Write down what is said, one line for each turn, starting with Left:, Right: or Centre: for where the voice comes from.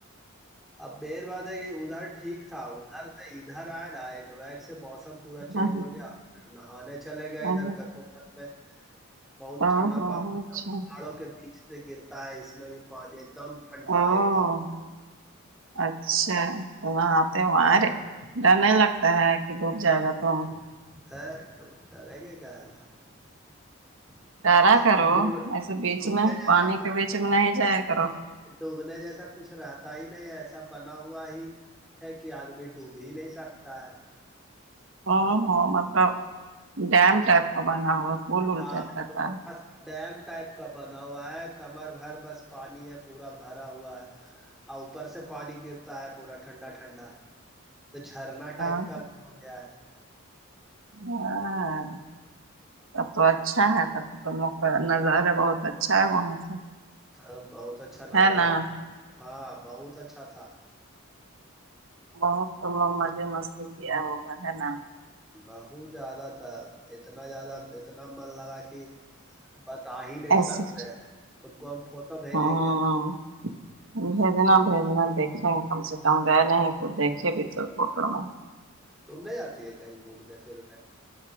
Centre: اب مین بات ہے کہ ادھر ٹھیک تھا ادھر سے ادھر آئے نا ایک وگ سے موسم پورا
Right: ہے۔
Centre: چینج
Right: ہاں
Centre: ہو گیا آج پھر نہانے چلے گیا
Right: ہاں
Centre: ادھر ککت میں بہت
Right: ہاں
Centre: ٹھنڈا
Right: ہاں
Centre: پانی
Right: اچھا
Centre: تھا پہادو کے بیچ گرتا ہے اس میں بھی پانی ایک دم ٹھنڈا
Right: ہاں
Centre: ایک دم
Right: اچھا تو وہاں وہاںارے ڈر نہیں لگتا ہے کہ ڈوب جائے گا تو
Centre: <unintelligible>
Right: ڈرا کرو
Centre: ڈوب
Right: ایسے بیچ
Centre: ڈوبنے
Right: میں
Centre: جیسا
Right: پانی
Centre: کچھ
Right: کے بیچ میں نہیں جایا کرو
Centre: ڈوبنے جیسا کچھ رہتا ہی نہیں ایسا بنا ہوا ہی ہے کہ آدمی ڈوب ہی نہیں سکتا ہے
Right: ہ ہاں مطلب ڈیم ٹائپ کا بنا ہوا پول وول
Centre: ہاں
Right: ٹائپ کا
Centre: کو
Right: تھا
Centre: پس ڈیم ٹائپ کا بنا ہوا ہے کمر بھر بس پانی ہے پورا بھرا ہوا ہے اور اوپر سے پانی گرتا ہے پورا ٹھنڈا ٹھنڈا تو جھرنا
Right: ہاں
Centre: ٹائپ کا بھی ہو گیا
Right: ہاں تب تو اچھا ہے تب تو مقع نظارہ بہت اچھا ہے وہاں سے
Centre: ا بہت اچھا نظارہ
Right: ہے نا
Centre: تھا ہاں بہت اچھا تھا
Right: بہت تم لوگ مزے مستی کیا ہوا ہے نا
Centre: بہت زیادہ تھا اتنا زیادہ اتنا من لگا کہ بتا ہی نہیں
Right: ایسے
Centre: سکتے تم کو ہم فوٹو بھیجیں
Right: ہاں
Centre: گے
Right: بھیجنا بھیجنا دیکھیں کم سے کم گئے نہیں تو دیکھے بھی تو فوٹو میں
Centre: تم نہیں آتی ہے کہیں گھومنے پھر